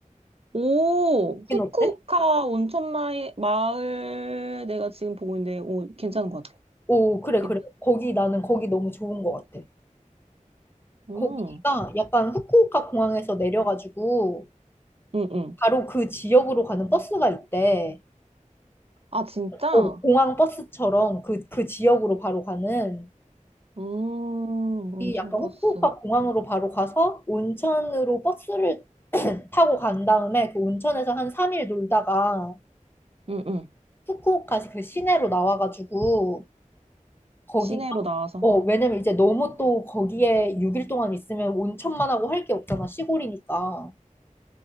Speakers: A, on the right; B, on the left.
A: 오,
B: 거긴
A: 후쿠오카
B: 어때?
A: 온천 마을, 마을 내가 지금 보고 있는데, 오, 괜찮은 것 같아.
B: 오 그래
A: 괜찮-
B: 그래 거기 나는 거기 너무 좋은 것 같아.
A: 음,
B: 거기가 약간 후쿠오카 공항에서 내려가지고
A: 응, 응.
B: 바로 그 지역으로 가는 버스가 있대.
A: 아, 진짜?
B: 오 공항 버스처럼 그 그 지역으로 바로 가는
A: 음, 온천
B: 이 약간
A: 버스.
B: 후쿠오카 공항으로 바로 가서 온천으로 버스를 <clears throat> 타고 간 다음에 그 온천에서 한 3일 놀다가
A: 응, 응.
B: 후쿠오카시 그 시내로 나와가지고 거기
A: 시내로 나와서.
B: 어 왜냐면 이제 너무 또 거기에 6일 동안 있으면 온천만 하고 할 게 없잖아 시골이니까